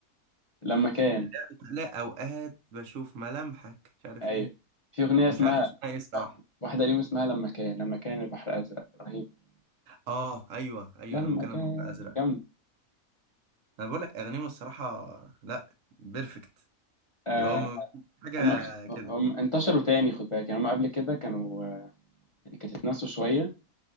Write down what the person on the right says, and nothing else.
اللي هي بتقول لا أوقات بشوف ملامحك مش عارف
إيه
مش عارف اسمها إيه الصراحة
آه أيوه أيوه
لما كان
البحر أزرق
أنا بقول لك أغانيهم الصراحة لا بيرفكت
اللي هو م- حاجة
كده